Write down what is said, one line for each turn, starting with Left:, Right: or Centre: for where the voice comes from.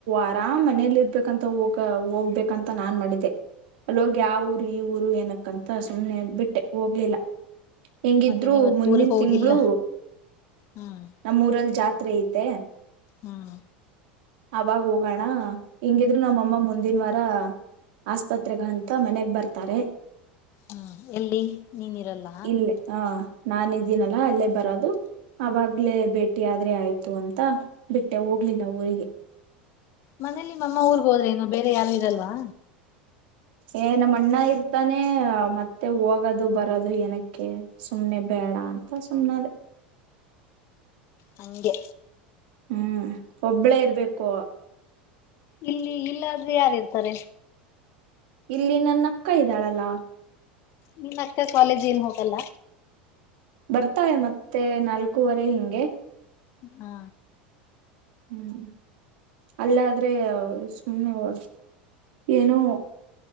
Right: ಅರಾಮ್ ಮನೆಲ್ ಇರ್ಬೇಕು ಅಂತ ಹೋಗ ಹೋಗ್ಬೇಕಂತ ನಾನ್ ಮಾಡಿದ್ದೆ ಅಲ್ಲಿ ಹೋಗಿ ಆ ಊರು ಈ ಊರು ಏನಕ್ಕಂತ ಸುಮ್ನೆ ಬಿಟ್ಟೆ ಹೋಗ್ಲಿಲ್ಲ. ಹೆಂಗಿದ್ರು
Left: ಮತ್ತೆ ನೀವತ್
Right: ಮುಂದಿನ್ತಿಂಗಳು
Left: ಊರಿಗೆ ಹೋಗಿಲ್ಲ ಹ್ಮ್
Right: ನಮ್ಮೂರ ಜಾತ್ರೆ ಐತೆ.
Left: ಹ್ಮ್
Right: ಅವಾಗ ಹೋಗೋಣ ಹೆಂಗಿದ್ರು ನಮ್ಮಮ್ಮ ಮುಂದಿನ್ವಾರ ಆಸ್ಪತ್ರೆಗಂತ ಮನೇಗ್ಬರ್ ತ್ತಾರೆ
Left: ಹ್ಮ್ ಎಲ್ಲಿ ನೀನ್ ಇರಲ್ಲ
Right: ಇಲ್ಲಿ ಹ ನಾನಿ ದಿನಲ್ಲ ಅಲ್ಲೇ ಬರದು ಆವಾಗ್ಲೇ ಭೇಟಿ ಆದ್ರೆ ಆಯ್ತು ಅಂತ ಬಿಟ್ಟೆ ಹೋಗ್ಲಿ ನ ಊರಿಗೆ
Left: ಮನೇಲಿ ಮಮ್ಮ ಊರ್ಗ್ ಹೋದ್ರೆ ಏನು ಬೇರೆ ಯಾರು ಇರಲ್ವಾ?
Right: ಏ ನಮ್ಮಣ್ಣ ಇರ್ತಾನೆ ಮತ್ತೆ ಹೋಗೋದು ಬರದು ಏನಕ್ಕೆ ಸುಮ್ನೆ ಬೇಡ ಅಂತ ಸುಮ್ನಾದೆ.
Left: ಹಂಗೆ.
Right: ಹ್ಮ್ ಒಬ್ಬಳೇ ಇರ್ಬೇಕು.
Left: ಇಲ್ಲಿ ಇಲ್ಲಾದ್ರೆ ಯಾರ್ ಇರ್ತಾರೆ?
Right: ಇಲ್ಲಿ ನನ್ನಕ್ಕ ಇದ್ದಾಳಲ್ಲ.
Left: ನೀನ್ ಆಕ್ಕ ಕಾಲೇಜ್ಗ್ ಏನ್ ಹೋಗಲ್ಲ.
Right: ಬರ್ತಾಳೆ ಮತ್ತೆ ನಾಲ್ಕೂವರೆ ಹಿಂಗೆ.
Left: ಹಾ
Right: ಹ್ಮ್ ಅಲ್ಲಾದ್ರೆ ಸುಮ್ನೆವು ಏನು